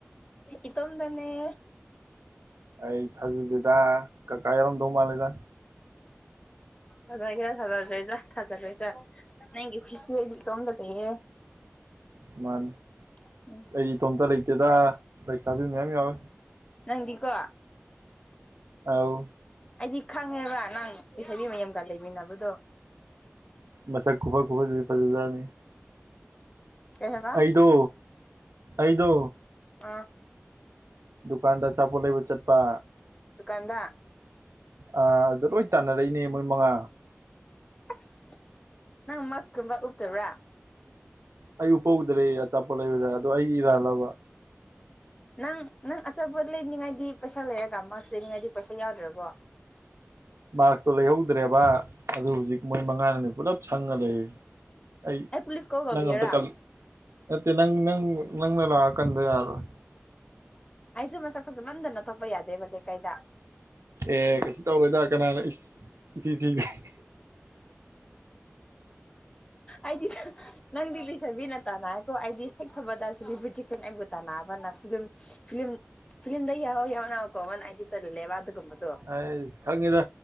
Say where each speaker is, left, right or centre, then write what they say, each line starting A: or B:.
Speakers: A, on the left; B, on the right.
A: ꯏꯇꯣꯝꯗꯅꯦ
B: ꯑꯩ ꯊꯥꯖꯗꯦꯗ ꯀꯀꯥ ꯌꯥꯎꯔꯝꯗꯧ ꯃꯥꯜꯂꯦꯗ
A: ꯖ ꯊꯖ꯭ꯔ ꯊꯥꯖꯔꯣꯏꯗ꯭ꯔꯥ ꯅꯪꯒꯤ <unintelligible>
B: ꯃꯥꯅ
A: ꯎꯝ
B: ꯑꯩꯗꯤ ꯏꯇꯣꯝꯇ ꯂꯩꯇꯦꯗ ꯂꯩꯁꯥꯕꯤ ꯃꯌꯥꯝ ꯌꯥꯎꯋꯦ
A: ꯅꯪꯗꯤꯀꯣ
B: ꯑꯥꯎ
A: ꯑꯩꯗꯤ ꯈꯪꯉꯦꯕ ꯅꯪ ꯂꯩꯁꯥꯕꯤ ꯃꯌꯥꯝꯒ ꯂꯩꯃꯤꯟꯅꯕꯗꯣ
B: ꯃꯁꯛ ꯈꯨꯕ ꯈꯨꯕꯖ ꯐꯖꯖꯥꯠꯅꯤ
A: ꯀꯩ ꯍꯥꯏꯕ
B: ꯑꯩꯗꯣ ꯑꯩꯗꯣ
A: ꯑꯥ
B: ꯗꯨꯀꯥꯟꯗ ꯑꯆꯥꯄꯣꯠ ꯂꯩꯕ ꯆꯠꯄ
A: ꯗꯨꯀꯥꯟꯗ
B: ꯑ ꯑꯗꯨꯗ ꯂꯣꯏ ꯇꯥꯟꯅꯔꯛꯏꯅꯦ ꯃꯣꯏ ꯃꯉꯥ
A: ꯑꯁ ꯅꯪ ꯃꯛ ꯀꯨꯝꯕꯥ ꯎꯞꯇꯕ꯭ꯔꯥ
B: ꯑꯩ ꯎꯄꯧꯗ꯭ꯔꯦ ꯑꯆꯥꯄꯣꯠ ꯂꯩꯕꯗ ꯑꯗꯣ ꯑꯩꯒꯤ ꯏꯔꯥꯟꯂꯕ
A: ꯅꯪ ꯅꯪ ꯑꯆꯥꯄꯣꯠ ꯂꯩꯅꯤꯡꯉꯥꯏꯗꯤ ꯄꯩꯁꯥ ꯂꯩꯔꯒ ꯃꯥꯛꯁ ꯂꯩꯅꯤꯡꯉꯥꯏꯗꯤ ꯄꯩꯁꯥ ꯌꯥꯎꯗ꯭ꯔꯕꯣ
B: ꯃꯁꯇꯣ ꯂꯩꯍꯧꯗ꯭ꯔꯦꯕ ꯑꯗꯨ ꯍꯧꯖꯤꯛ ꯃꯣꯏ ꯃꯉꯥꯅꯅꯤ ꯄꯨꯜꯂꯞ ꯁꯪꯉ ꯂꯩ ꯑꯩ
A: ꯄꯨꯂꯤꯁ ꯀꯣꯜ ꯇꯧꯕꯤꯌꯔꯥ
B: ꯅꯪ ꯑꯝꯇ ꯀꯜ ꯅꯠꯇꯦ ꯅꯪꯪ ꯅꯪ ꯅꯪꯅ ꯂꯥꯛꯑ ꯀꯟꯗ ꯌꯥꯔꯔꯣꯏ
A: ꯑꯩꯁꯨ ꯃꯁꯛ ꯐꯖꯃꯟꯗꯅ ꯊꯣꯛꯄ ꯌꯥꯗꯦꯕ ꯂꯩꯀꯥꯏꯗ
B: ꯑꯦ ꯀꯩꯁꯨ ꯇꯧꯔꯣꯏꯗꯔꯦ ꯀꯅꯥꯅ ꯏꯁ ꯏꯊꯤꯒ ꯊꯤꯒꯩ
A: ꯑꯗꯤ ꯅꯪꯗꯤꯗꯤ ꯂꯩꯁꯕꯤꯅ ꯇꯥꯟꯅꯩꯀꯣ ꯑꯩꯗꯤ ꯍꯦꯛ ꯊꯣꯛꯄꯗ ꯁꯦꯂꯤꯕꯔ꯭ꯤꯇꯤ ꯈꯣꯏꯅꯥ ꯑꯩꯕꯨ ꯇꯥꯟꯅꯥꯕꯅ ꯐꯤꯂꯝ ꯐꯤꯂꯝ ꯐꯤꯂꯝꯗ ꯌꯥꯎ ꯌꯥꯎꯅꯀꯣ ꯋꯥꯟ ꯍꯥꯏꯗ ꯇꯔꯂꯦ ꯋꯥ ꯑꯗꯨꯒꯝꯕꯗꯨ
B: ꯑꯩ ꯈꯪꯉꯦꯗ